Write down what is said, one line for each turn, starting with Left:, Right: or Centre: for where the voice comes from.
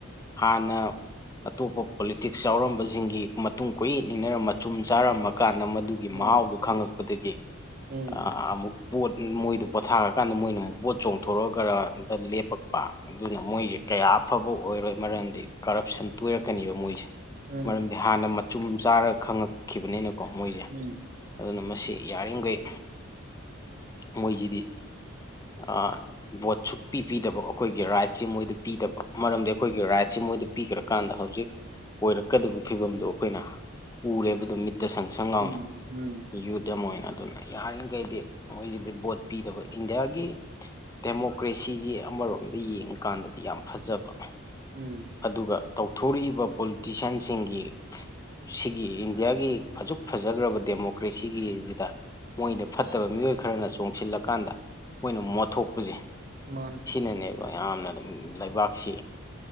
Left: ꯍꯥꯟꯅ ꯑꯇꯣꯞꯄ ꯄꯣꯂꯤꯇꯤꯛꯁ ꯌꯥꯎꯔꯝꯕꯁꯤꯡꯒꯤ ꯃꯇꯨꯡ ꯀꫭꯌꯦꯠ ꯏꯟꯅꯔ ꯃꯆꯨꯝ ꯆꯥꯔꯝꯃ ꯀꯥꯟꯗ ꯃꯗꯨ ꯒꯤ
Right: ꯎꯝ
Left: ꯃꯍꯥꯎꯗꯨ ꯈꯪꯉꯛꯄꯗꯒꯤ
Right: ꯎꯝ
Left: ꯑꯥ ꯑꯃꯨꯛ ꯄꯣꯠ ꯃꯣꯏꯗꯨ ꯄꯣꯊꯥꯔꯀꯥꯟꯗ ꯃꯣꯏꯅ ꯑꯃꯨꯛ ꯕꯣꯠ ꯆꯣꯡꯊꯣꯔꯛꯑꯒꯔꯗ ꯂꯦꯞꯄꯛ ꯑꯗꯨꯅ ꯃꯣꯏꯁꯦ ꯀꯌꯥ ꯑꯐꯕ ꯑꯣꯏꯔꯣꯏ ꯃꯔꯝꯗꯤ ꯀꯔꯞꯁꯟ ꯇꯣꯏꯔꯛꯀꯅꯤꯕ ꯃꯣꯏꯁꯦ
Right: ꯎꯝ
Left: ꯃꯔꯝꯗꯤ ꯍꯥꯟꯅ ꯃꯆꯨꯝ ꯆꯥꯔꯒ ꯈꯪꯉꯛꯈꯤꯕꯅꯤꯅꯀꯣ ꯃꯣꯏꯁꯦ
Right: ꯎꯝ
Left: ꯑꯗꯨꯅ ꯃꯁꯤ ꯌꯥꯔꯤꯈꯩ ꯃꯣꯏꯁꯤꯗꯤ ꯑꯥ ꯚꯣꯠꯁꯨ ꯁꯨꯡꯄꯤ ꯄꯤꯕꯤꯗꯕ ꯑꯩꯈꯣꯏꯒꯤ ꯔꯥꯏꯠꯁꯦ ꯃꯣꯏꯗ ꯄꯤꯗꯕ ꯃꯔꯝꯗꯤ ꯑꯩꯈꯣꯏꯒꯤ ꯔꯥꯏꯠꯁꯦ ꯃꯣꯏꯗ ꯄꯤꯈ꯭ꯔꯀꯥꯟꯗ ꯍꯧꯖꯤꯛ ꯑꯣꯏꯔꯛꯀꯗꯕ ꯐꯤꯕꯝꯗꯣ ꯑꯩꯈꯣꯏꯅ ꯎꯔꯦꯕ ꯑꯗꯨꯝ ꯃꯤꯠꯇ ꯁꯪ ꯁꯪ ꯂꯥꯎꯅ
Right: ꯎꯝ ꯎꯝ ꯎꯝ
Left: ꯌꯨꯠ ꯑꯃ ꯑꯣꯏꯅ ꯑꯗꯨꯅ ꯌꯥꯔꯤꯈꯩꯗꯤ ꯃꯣꯏꯁꯤꯗꯤ ꯚꯣꯠ ꯄꯤꯗꯕ ꯏꯟꯗꯤꯌꯥꯒꯤ ꯗꯦꯃꯣꯀ꯭ꯔꯦꯁꯤꯁꯤ ꯑꯃꯔꯣꯝꯗ ꯌꯦꯡꯉꯀꯥꯟꯗꯗꯤ ꯌꯥꯝ ꯐꯖꯕ
Right: ꯎꯝ
Left: ꯑꯗꯨꯒ ꯇꯧꯊꯣꯔꯛꯏꯕ ꯄꯣꯂꯤꯇꯤꯁꯤꯌꯥꯟꯁꯤꯡꯒꯤ ꯁꯤꯒꯤ ꯏꯟꯗꯤꯌꯥꯒꯤ ꯑꯁꯨꯛ ꯐꯖꯈ꯭ꯔꯥꯕ ꯗꯦꯃꯣꯀ꯭ꯔꯦꯁꯤꯒꯤꯁꯤꯗ ꯃꯣꯏꯅ ꯐꯠꯇꯕ ꯃꯤꯑꯣꯏ ꯈꯔꯅ ꯆꯣꯡꯁꯤꯜꯂꯀꯥꯟꯗ ꯃꯣꯏꯅ ꯃꯣꯠꯊꯣꯛꯄꯁꯦ
Right: ꯃꯥꯟꯅ‌ꯦ
Left: ꯁꯤꯅꯅꯦꯕ ꯌꯥꯝꯅ ꯑꯗꯨꯝ ꯂꯩꯕꯥꯛꯁꯤ